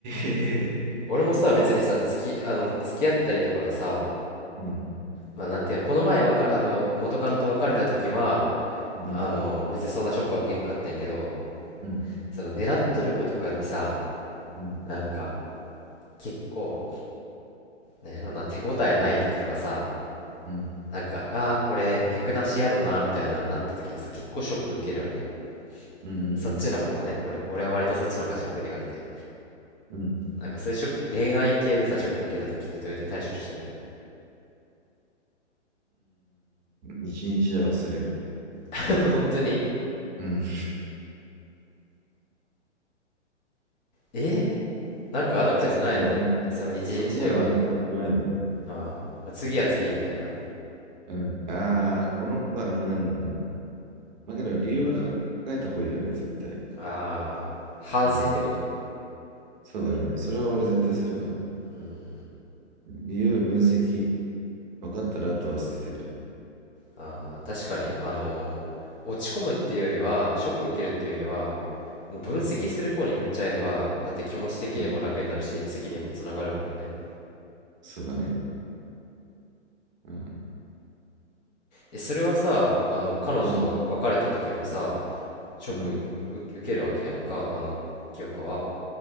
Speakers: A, on the right; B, on the left.
A: えー。
B: 俺もさ、別にさ、付き、あの、付き合ったりとかさ、
A: うん。
B: まあなんていうの、この前わか、あの、元カノと別れた時は、
A: うん。
B: あの、別にそんなショックは受けんかったんやけど、
A: うん。
B: その狙っとる子とかにさ、
A: うん。
B: なんか、結構、なんやろな、手応えない時とかさ、
A: うん。
B: なんか、ああ、これ、脈なしやろな、みたいなのになった時にさ、結構ショック受けるわけよ。
A: うん。うん。
B: そっちの方がね、俺、俺は割とそっちの方がショックでかくて。
A: うん。
B: なんかそういうショック、恋愛系でさ、ショック受けた時ってどうやって対処してる
A: 一日で忘れる。
B: <laughs> 本当に
A: うん。
B: えなんかアドバイスないのその一日では、
A: そこまで重、そこまで重く捉えない。
B: ああ、次は次みたいな。
A: うん。ああ、この子はダメなんだ。だけど理由はか考えた方がいいよね、絶対。
B: ああ、反省ってこと。
A: うん。そうだね。それは俺絶対するから。
B: うん。
A: 理由、分析、分かったらあとは捨てる。
B: ああ、確かに、あのー落ち込むっていうよりは、ショック受けるっていうよりは、もう分析する方に振っちゃえば、
A: うん。
B: だって気持ち的にも楽になるし、
A: うん。
B: 次にもつながるもんね。
A: そうだね。うん。
B: え、それはさ、あの、彼女とわ別れた時もさ、
A: うん。
B: ショック受受けるわけやんか、
A: うん。
B: あの、清香は。